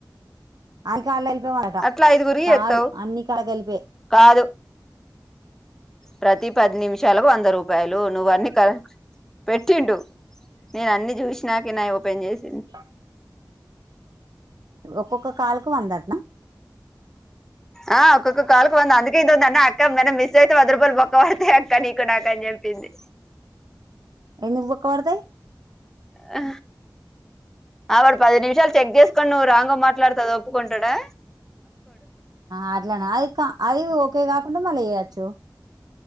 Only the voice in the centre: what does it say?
అట్లా ఐదుగురికి
చేస్తావు
కాదు ప్రతి పది నిమిషాలకు వంద రూపాయలు నువ్వ అన్ని కర పెట్టిండు నేను అన్ని చూసినా ఇగ నాయి ఓపెన్ చేసి
ఆ ఒక్కొక్క కాలకు వందా అందుకే ఇంటున్న క్క మన మిస్ సతే అద్రరూపాల్లు బొక్క వాదాత్తాయి అంట నీకు క్కడా నాకని జెప్పింది
ఆ ఆ పడు పది నిమిషాలు చెక్ చేసుకని నువ్వు రాంగ మాట్లాడత దో ప్పు కొంటడా